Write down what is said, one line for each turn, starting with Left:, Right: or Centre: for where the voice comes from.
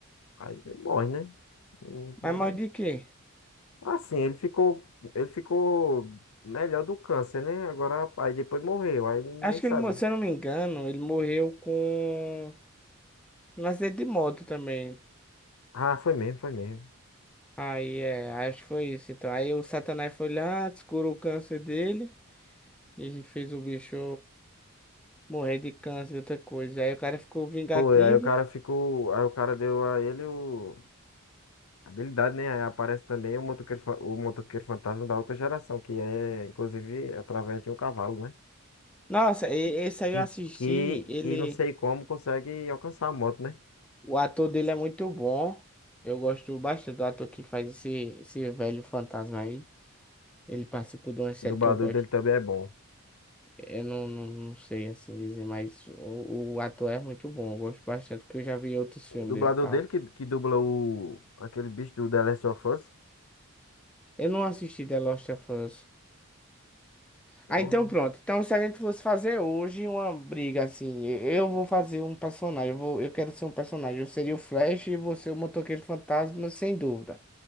Left: Aí ele morre, né? Não-
Centre: Mas mais de quê?
Left: Assim, ele ficou, ele ficou melhor do câncer, né? Agora, aí depois morreu, aí ninguém
Centre: Acho
Left: sabe.
Centre: que ele, mo- se eu não me engano, ele morreu com um acidente de moto também.
Left: Ah, foi mesmo, foi mesmo.
Centre: Aí é, acho que foi isso. Então, aí o Satanás foi lá, descurou o câncer dele e fez o bicho. Morrer de câncer, outra coisa. Aí o cara ficou vingativo.
Left: Foi, aí o cara ficou. Aí o cara deu a ele o. a Habilidade, né? Aí aparece também o motoqueiro, fa- o motoqueiro fantasma da outra geração, que é, inclusive, através de um cavalo, né?
Centre: Nossa, e- esse aí
Left: Em-
Centre: eu assisti,
Left: Que,
Centre: ele,
Left: que não sei como consegue alcançar a moto, né?
Centre: o ator dele é muito bom. Eu gosto bastante do ator que faz esse, esse velho fantasma aí. Ele participou de uma série
Left: O dublador
Centre: que eu gosto.
Left: dele também é bom.
Centre: Eu não, não, não sei assim dizer, mas o, o ator é muito bom. Eu gosto bastante, porque eu já vi outros filmes
Left: O dublador
Centre: dele e tal.
Left: dele que, que dubla o, aquele bicho do The Last of Us.
Centre: Eu não assisti The Last of Us.
Left: Porra.
Centre: Ah, então pronto. Então, se a gente fosse fazer hoje uma briga assim, eu eu vou fazer um personagem, eu vou, eu quero ser um personagem. Eu seria o Flash e você o motoqueiro fantasma, sem dúvida.